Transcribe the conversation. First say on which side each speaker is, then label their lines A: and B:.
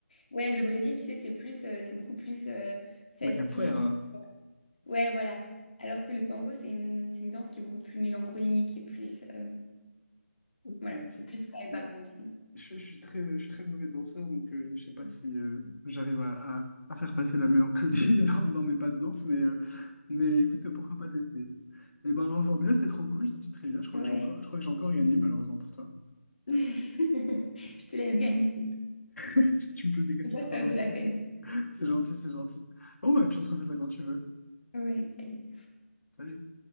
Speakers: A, on the left; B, on the left.
A: Ouais, le Brésil, tu sais, c'est plus, euh, c'est beaucoup plus euh, festif.
B: La capoeira.
A: Ouais, voilà. Alors que le tango, c'est une, c'est une danse qui est beaucoup plus mélancolique et plus, euh,
B: Ok,
A: voilà,
B: ok.
A: c'est plus vibe
B: Bah,
A: argentine.
B: je, je suis très, je suis très mauvais danseur, donc euh, je sais pas si euh, j'arrive à, à- à faire passer la mélancolie <laughs> dans, dans mes pas de danse, mais, euh, mais écoute, pourquoi pas tester? Et ben, en vrai, c'était trop cool, cette petite trivia. Je crois
A: Ouais.
B: que j'ai encore, je crois que j'ai encore gagné, malheureusement pour toi.
A: <laughs> Je te laisse gagner, c'est tout.
B: <laughs> Tu me poses des questions
A: Je vais pas
B: trop
A: te faire
B: gentilles.
A: de la peine.
B: <laughs> C'est gentil, c'est gentil. Bon, bah, puis on se refait ça quand tu veux.
A: Ouais, salut.
B: Salut.